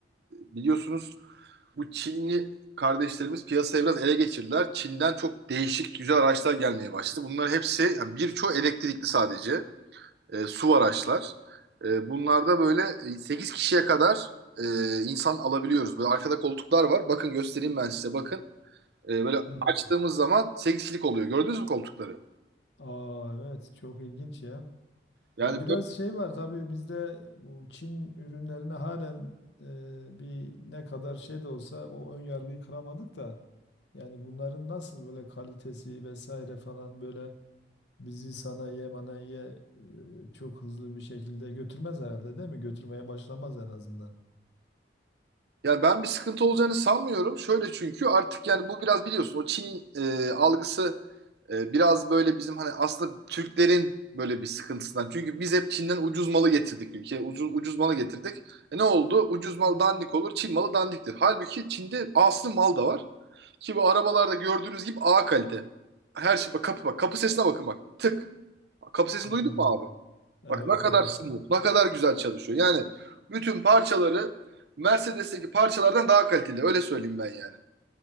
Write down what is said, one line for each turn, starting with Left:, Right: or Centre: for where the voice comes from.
Right: biliyorsunuz bu Çinli kardeşlerimiz piyasayı biraz ele geçirdiler. Çin'den çok değişik güzel araçlar gelmeye başladı. Bunlar hepsi, yani birçoğu elektrikli sadece. e, su araçlar. E, bunlarda böyle e, 8 kişiye kadar e, insan alabiliyoruz. Böyle arkada koltuklar var. Bakın göstereyim ben size bakın. E, böyle
Left: Hı.
Right: açtığımız zaman 8 kişilik oluyor. Gördünüz mü koltukları?
Left: Aa evet çok ilginç ya.
Right: Yani,
Left: Ya biraz
Right: böyle-
Left: şey var tabii bizde bu Çin ürünlerine halen e, bir ne kadar şey de olsa o ön yargıyı kıramadık da yani bunların nasıl böyle kalitesi vesaire falan böyle bizi sanayiye manayiye e, çok hızlı bir şekilde götürmez herhalde değil mi? Götürmeye başlamaz en azından.
Right: yani ben bir sıkıntı olacağını sanmıyorum. Şöyle çünkü artık yani bu biraz biliyorsun o Çin e, algısı e, biraz böyle bizim hani aslında Türklerin böyle bir sıkıntısından. Çünkü biz hep Çin'den ucuz malı getirdik ülkeye. Ucuz, ucuz malı getirdik. E ne oldu? Ucuz mal dandik olur, Çin malı dandiktir. Halbuki Çin'de aslında mal da var. Ki bu arabalarda gördüğünüz gibi A kalite. Her şey bak kapı bak. Kapı sesine bakın bak. Tık. Kapı sesini
Left: Hmm.
Right: duydun mu abi?
Left: Evet
Right: Bak ne kadar
Left: evet.
Right: smooth, ne kadar güzel çalışıyor. Yani bütün parçaları Mercedes'teki parçalardan daha kaliteli. Öyle söyleyeyim ben yani.